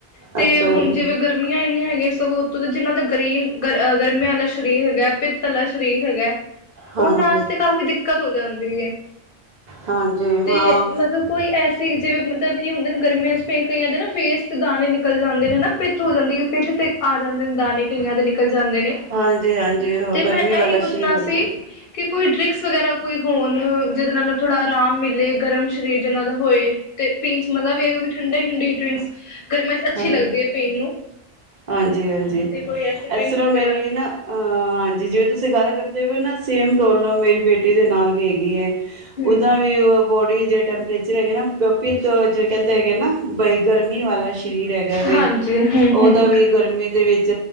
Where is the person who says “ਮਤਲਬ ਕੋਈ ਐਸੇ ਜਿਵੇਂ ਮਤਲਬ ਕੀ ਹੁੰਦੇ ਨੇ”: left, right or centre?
Left